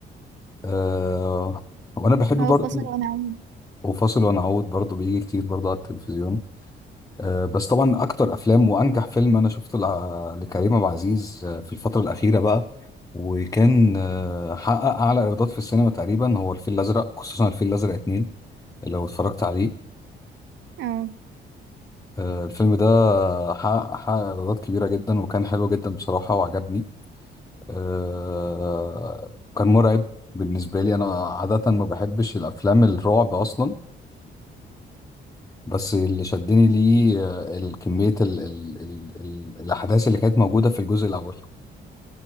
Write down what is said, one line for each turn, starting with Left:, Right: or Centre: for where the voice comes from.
Left: آه وانا بحب برضه
Right: هو فاصل ونعود
Left: وفاصل ونعود برضه بيجي كتير برضه على التلفزيون آه، بس طبعا اكتر افلام وانجح فيلم انا شفته لع- لكريم عبد العزيز آه، في الفتره الاخيره بقى وكان آه، حقق اعلى ايرادات في السينما تقريبا هو الفيل الازرق خصوصا الفيل الازرق اتنين لو اتفرجت عليه
Right: اه
Left: آه، الفيلم ده حقق حقق ايرادات كبيره جدا وكان حلو جدا بصراحه وعجبني آه، كان مرعب بالنسبه لي انا عاده ما بحبش الافلام الرعب اصلا بس اللي شدني ليه آه، الكمية ال ال ال ال الأحداث اللي كانت موجودة في الجزء الأول